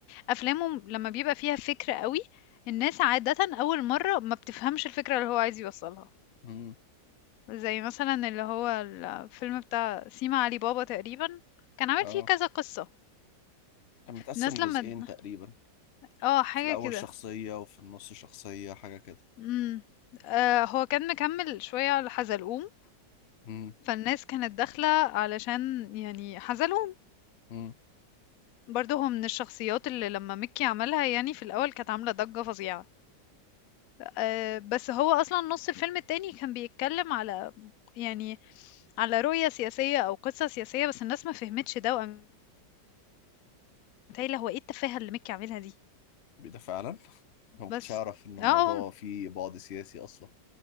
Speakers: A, on the left (about 70°); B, on the left (about 45°).
A: افلامه لما بيبقى فيها فكرة قوي الناس عادة اول مرة ما بتفهمش الفكرة اللي هو عايز يوصلها
B: مم.
A: زي مثلا اللي هو الفيلم بتاع سيما علي بابا تقريبا كان عامل
B: اه
A: فيه كذا قصة
B: كان متقسم
A: الناس
B: جزئين
A: لما
B: تقريبا
A: اه حاجة
B: في الاول
A: كده
B: شخصية وفي النص شخصية حاجة كده
A: امم آه هو كان مكمل شوية على حزلقوم
B: مم.
A: فالناس كانت داخلة علشان يعني حزلقوم
B: مم.
A: برضه هو من الشخصيات اللي لما مكي عملها يعني في الأول كانت عاملة ضجة فظيعة آه بس هو أصلا نص الفيلم التاني كان بيتكلم على يعني على رؤية سياسية أو قصة سياسية بس الناس ما فهمتش ده وقامت قايلة هو ايه التفاهة اللي مكي عاملها دي
B: ده فعلا انا ما
A: بس.
B: كنتش اعرف ان الموضوع
A: آه، آه،
B: فيه بعد سياسي اصلا